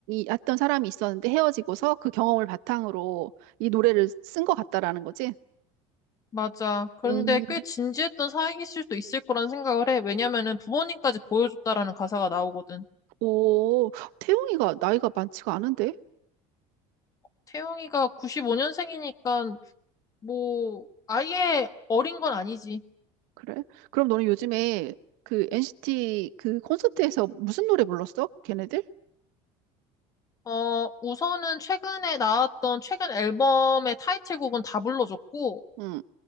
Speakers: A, on the right; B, on the left.
A: 했던 사람이 있었는데 헤어지고서 그 경험을 바탕으로 이 노래를 쓴 것 같다라는 거지.
B: 맞아. 그런데
A: 음.
B: 꽤 진지했던 사이일 수도 있을 거란 생각을 해. 왜냐면은 부모님까지 보여줬다라는 가사가 나오거든.
A: 오, 태용이가 나이가 많지가 않은데?
B: 태용이가 95년생이니까 뭐 아예 어린 건 아니지.
A: 그래? 그럼 너는 요즘에 그 NCT 그 콘서트에서 무슨 노래 불렀어? 걔네들?
B: 어, 우선은 최근에 나왔던 최근 앨범의 타이틀곡은 다 불러줬고,
A: 응,